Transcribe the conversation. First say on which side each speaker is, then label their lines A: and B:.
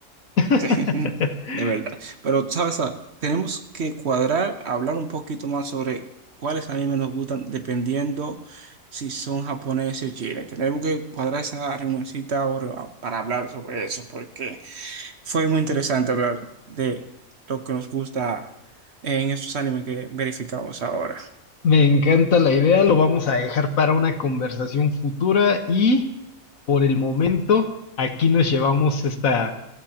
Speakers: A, on the left; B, on the right.
A: <laughs>
B: Sí, <laughs> De verdad. Pero, ¿sabes? Ah, Tenemos que cuadrar, hablar un poquito más sobre cuáles animes nos gustan, dependiendo si son japoneses o chiles. Tenemos que cuadrar esa reunioncita ahora ah, para hablar sobre eso, porque fue muy interesante hablar de lo que nos gusta en estos animes que verificamos ahora.
A: Me encanta la idea, lo vamos a dejar para una conversación futura y por el momento aquí nos llevamos esta,